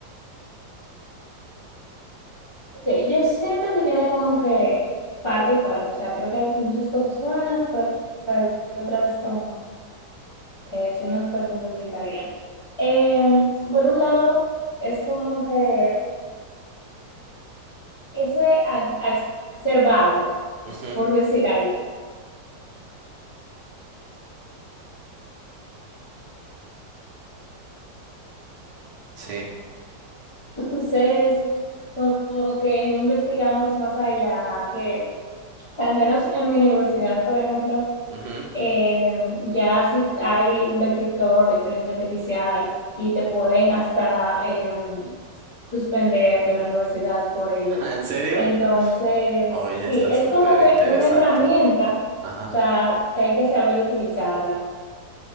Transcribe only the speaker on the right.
Ujú,
sí.
ujú.
<laughs> ¿En serio?
Oye,
está
súper
interesante.
Ajá.